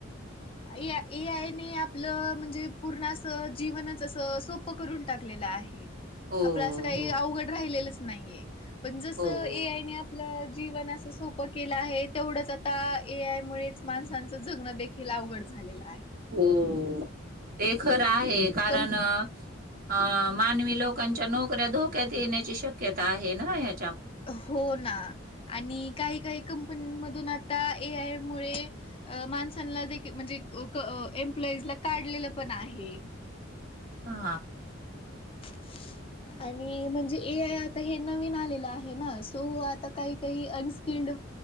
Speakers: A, on the left (about 25°); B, on the right (about 45°).
A: ए ए आय न आपलं म्हणजे पूर्ण असं जीवनच असं सोपं करून टाकत <unintelligible>
B: हो हो
A: आपल असं काही
B: हो
A: अवघड राहिलेलंच नाहीये पण जसं
B: हो
A: ए आय ने आपलं जीवन असं सोपं केलं आहे तेवढंच आता ए आय मुळे माणसांचं जगणं देखील लावगड झालेला-
B: हो ते खरं आहे कारण
A: कंप
B: अ मानवी लोकांच्या नोकऱ्या धोक्यात येण्याची शक्यता आहे ना ह
A: हो ना आणि काही काही कंपनी म्हणून एआय मुळे माणसांना देखील म्हणजे एम्प्लॉयीज ला <inaudible> <unintelligible> पण आहे
B: हा
A: ह <unintelligible> आणि म्हणजे ए आय आता हे नवीन आलेलं आहे ना सो आता काही काही अनस्किल्ड